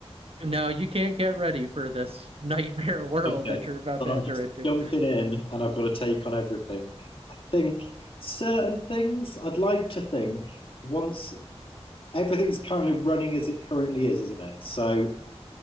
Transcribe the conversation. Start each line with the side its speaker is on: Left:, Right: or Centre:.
Right: No, you can't get ready for this <laughs> nightmare world
Left: Okay,
Right: that you're about
Left: so
Right: to
Left: I'm
Right: enter
Left: just
Right: into.
Left: jumping in, and I've got a take on everything. I think certain things I'd like to think once everything's currently running as it currently is, isn't it? So